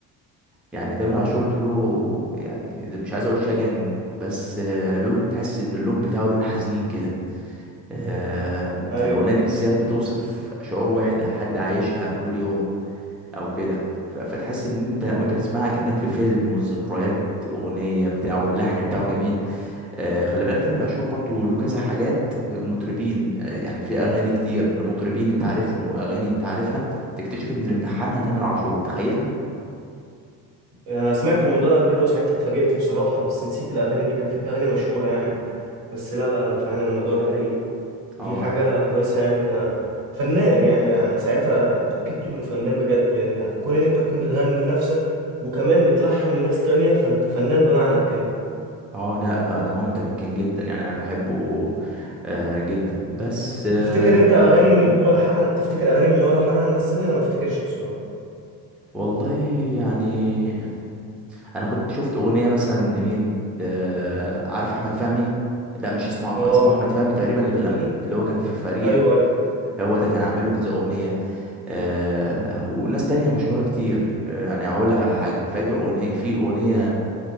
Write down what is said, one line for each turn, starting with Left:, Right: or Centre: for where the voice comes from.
Centre: يعني تامر عاشور له يعني زي- مش عايز اقول شجن بس آه، له تحس ان اللون بتاعه لون حزين كده آه، يعني
Right: أيوه
Centre: الاغنيه دي بالذات بتوصف شعور وحده حد عايشها كل يوم او كده ف- فتحس ان انت وانت بتسمعها كأنك في فيلم والذكريات اغنيه بتاعه واللحن بتاعه جميل آه، خلي بالك تامر عاشور برضو له كذا حاجات المطربين يعني في اغاني كتير لمطربين انت عارفهم واغاني انت عارفها تكتشف ان اللي ملحنها تامر عاشور تخيل
Right: أنا سمعت الموضوع ده قبل كده وساعتها اتفاجئت بصراحة بس نسيت الأغاني دي كان فيها أغاني مشهورة يعني بس لا لا فعلا الموضوع ده حقيقي
Centre: اه
Right: دي حاجة كويسة يعني ده فنان يعني أنا ساعتها اتأكدت إنه فنان بجد لأن كون إن أنت تكون بتغني لنفسك وكمان بتلحن لناس تانية فأنت فنان بمعنى الكلمة
Centre: اه لا لا ده هو متمكن جدا يعني انا بحبه آه جدا بس آه
Right: تفتكر انت اغاني من
Centre: مم.
Right: اللي هو لحنها تفتكر اغاني من اللي هو لحنها الناس الثانيه انا ما افتكرش بصراحه
Centre: والله يعني انا كنت شفت اغنية مثلا لمين آه عارف احمد فهمي لا مش اسمه
Right: اه
Centre: أحم- اسمه احمد فهمي تقريبا اللي بيغني اللي هو كان في فريق
Right: ايوه ايوه
Centre: هو ده كان عامل له كذا اغنية آه وناس تانية مشهورة كتير يعني اقول لك على حاجة فاكر اغنية في اغنية